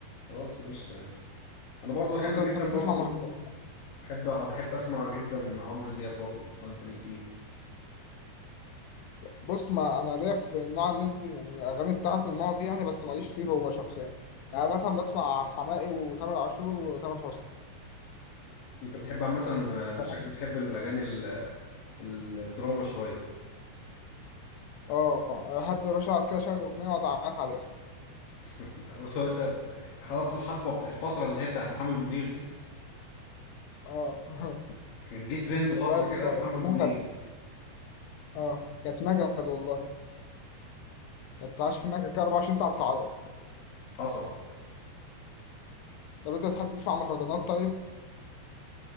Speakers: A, on the left; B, on the left.
A: خلاص ماشي تمام انا برضو بحب
B: هو انت
A: جدا
B: بتحب تسمع
A: برضو
B: مهرجانات
A: بحب بحب اسمع جدا عمرو دياب برضو لو انت ليك فيه
B: بص ما انا ليا في نوع من من الاغاني بتاعته النوع دي يعني بس ماليش فيه هو شخصيا يعني مثلا بسمع حماقي وتامر عاشور وتامر حسني
A: انت بتحب عامه آه،
B: فاهم؟
A: شكلك بتحب الاغاني ال- الدراما شويه
B: اه احب يا باشا اقعد كده اشغل اغنيه واقعد اعيط عليها
A: <laughs> انت أنت أنت حضرت الحقبه بتاع الفتره اللي هي بتاعت محمد منير دي
B: اه <laughs>
A: كان جه ترند
B: والله
A: فترة
B: يا ابني
A: كده
B: كانت
A: محمد
B: كانت
A: منير
B: نكد اه كانت نكد والله كانت عايش في النكد كده 24 ساعه بتعيط
A: حصل
B: طب انت بتحب تسمع مهرجانات طيب